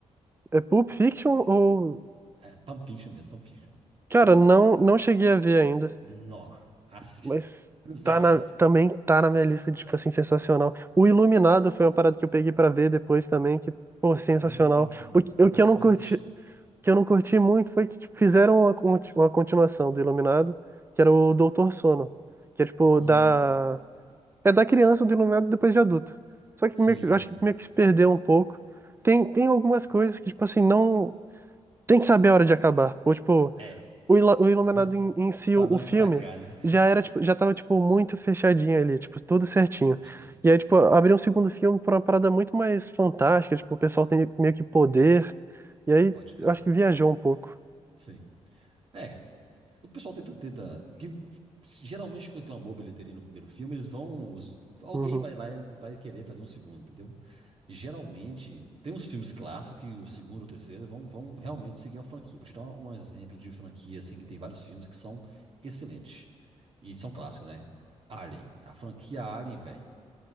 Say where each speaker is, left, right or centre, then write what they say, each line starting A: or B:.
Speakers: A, on the right; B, on the right.
A: É Pulp Fiction ou.
B: É, Pump Fiction mesmo, Pump Fiction, que
A: Cara,
B: chama.
A: não, não cheguei a ver ainda,
B: Nó, assista.
A: mas
B: <laughs> Sério.
A: tá na, também tá na minha
B: Sério,
A: lista de, tipo assim, sensacional.
B: sério, sério.
A: O Iluminado foi uma parada que eu peguei pra ver depois também, que, pô, sensacional.
B: Hum, Iluminado,
A: O, que- o que
B: acho
A: eu
B: que
A: não
B: eu comecei
A: curti,
B: a assistir.
A: que eu não curti muito foi que tipo, fizeram uma, conti- uma continuação do Iluminado, que era o Doutor Sono, que é tipo
B: Hum,
A: da. É da criança do Iluminado depois de adulto. Só que
B: sim,
A: meio que, eu acho
B: sim.
A: que meio que se perdeu um pouco. Tem, tem algumas coisas que, tipo assim, não. Tem que saber a hora de acabar. Ou, tipo.
B: É.
A: o, Ila- o Iluminado
B: Não-
A: em, em si,
B: Pra
A: o,
B: não
A: o filme,
B: estragar, né?
A: já era, tipo, já tava, tipo, muito fechadinho ali, tipo, tudo certinho.
B: Pode crer,
A: E aí, tipo, abriu um segundo filme pra uma parada muito mais fantástica, tipo, o pessoal tem meio que poder. E aí,
B: pode crer.
A: eu acho que viajou um pouco.
B: Sim. É, O pessoal tenta, tenta, que geralmente quando tem uma boa bilheteria no primeiro filme, eles vão, os- alguém
A: Uhum,
B: vai lá e vai querer fazer um segundo, entendeu? Geralmente tem uns filmes clássicos que o segundo ou o terceiro vão, vão realmente seguir a franquia. Vou te dar um exemplo de franquia assim que tem vários filmes que são excelentes e são clássicos, né? Alien, a franquia Alien, velho,